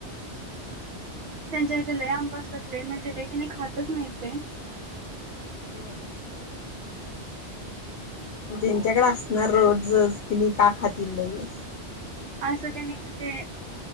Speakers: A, on the right; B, on the left.
A: त्यांच्या इथे लय आंब असतात, लई म्हणजे किने खातच नाही ते.
B: होय. त्यांच्याकड असणार रोजच, तिने का खातील नही.
A: असं काही नहीं, म्हणजे